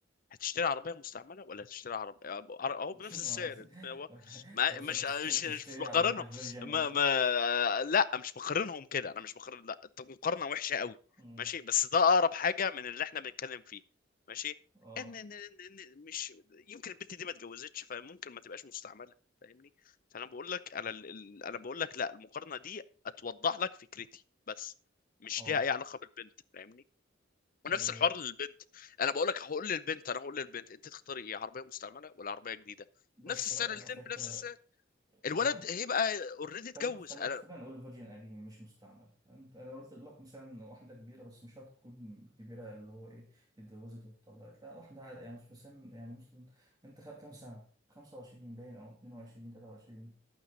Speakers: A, on the left (about 50°); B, on the right (about 20°).
A: هتشتري عربية مستعملة ولا هتشتري عربية هو
B: <laughs>
A: بنفس السعر انت هو ما
B: تقصد
A: مش
B: تشتري
A: مش
B: تشتري
A: مش بقارنهم
B: عربية فيرجن
A: ما
B: قديم
A: ما لا مش بقارنهم كده انا مش بقارن لا مقارنة وحشة قوي
B: مم.
A: ماشي بس ده اقرب حاجة من اللي احنا بنتكلم فيه ماشي
B: اه
A: ان ان ان إن- مش يمكن البنت دي ما اتجوزتش فممكن ما تبقاش مستعملة فاهمني فانا بقول لك انا ال- ال- انا بقول لك لا المقارنة دي اتوضح لك فكرتي بس مش
B: اه
A: ليها اي علاقة بالبنت فاهمني ونفس
B: آه،
A: الحوار للبنت انا بقول لك هقول للبنت انا هقول للبنت انت تختاري ايه عربيه مستعمله ولا عربيه جديده
B: بس
A: نفس السعر
B: لا على
A: الاثنين
B: فكرة
A: بنفس السعر الولد
B: هم
A: هيبقى اوريدي اتجوز
B: خل... خل...
A: انا
B: خلينا نقول فيرجن قديم مش مستعمل انت انا قلت لك مثلا واحدة كبيرة بس مش شرط تكون كبيرة اللي هو ايه اتجوزت واتطلقت لا واحدة عادي، يعني مش في سن يعني مثلا انت خ... كام سنة؟ 25 باين او 22 23